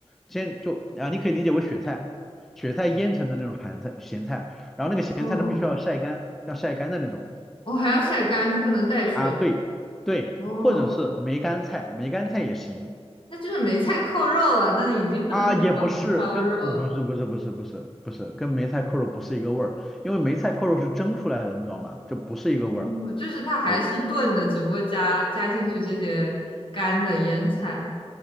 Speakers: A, in the centre; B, on the left (about 50°).
A: 先就啊，你可以理解为雪菜，雪菜腌成的那种咸菜咸菜，然后那个咸菜呢，
B: 哦，
A: 必须要晒干，要晒干的那种
B: 哦，还要晒干，就不能带水。
A: 啊，对对，
B: 哦，
A: 或者是梅干菜，梅干菜也行
B: 那就是梅菜扣肉了，那已经不能算叫红烧肉了。
A: 啊，也不是跟不是不是不是不是不是跟梅菜扣肉不是一个味儿，因为梅菜扣肉是蒸出来的，你知道吗？就不是一个味儿。
B: 哦，就是它还是炖的，
A: 我。
B: 只不过加加进去这些干的腌菜。